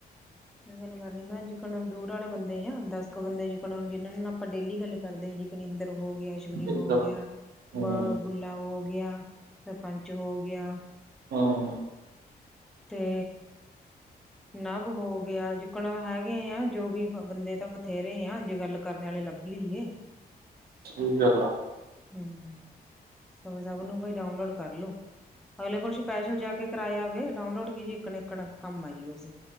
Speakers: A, in the centre; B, on the right.
A: ਗੱਲ ਕਰ ਰਈ ਮੈਂ ਜੇਕਰ ਦੂਰ ਵਾਲੇ ਬੰਦੇ ਆ ਦਸ ਕੁ ਬੰਦੇ ਜਿੰਨਾਂ ਨਾਲ ਆਪਾਂ ਡੇਲੀ ਗੱਲ ਕਰਦੇ ਹਾਂ ਇੱਕ ਨਿੰਦਰ ਹੋ ਗਿਆ। ਗੁਰੀ
B: ਇੱਧਰ
A: ਹੋ ਗਿਆ,
B: ਹੂੰ
A: ਬ ਬੁੱਲਾ ਹੋ ਗਿਆ, ਸਰਪੰਚ ਹੋ ਗਿਆ।
B: ਹਾਂ-ਹਾਂ।
A: ਤੇ ਨਵ ਹੋ ਗਿਆ ਜੀਕਨ ਹੈਗੇ ਆ ਜੋ ਵੀ ਬੰਦੇ ਤਾਂ ਬਥੇਰੇ ਆ ਜੇ ਗੱਲ ਕਰਨੇ ਆਲੇ ਲੱਭ ਲਈਏ।
B: ਸਈ ਗੱਲ ਆ।
A: ਹੂੰ ਕਹੂੰ ਸਭ ਨੂੰ ਭਾਈ ਡਾਊਨਲੋਡ ਕਰਲੋ। ਅਗਲੇ ਕੋਲ ਸਪੈਸ਼ਲ ਜਾ ਕੇ ਕਰਾਇਆ ਆਵੇ ਡਾਊਨਲੋਡ ਕੀ ਜੀ ਏਕਨ, ਏਕਨ ਕੰਮ ਆਜੂ ਬਸ।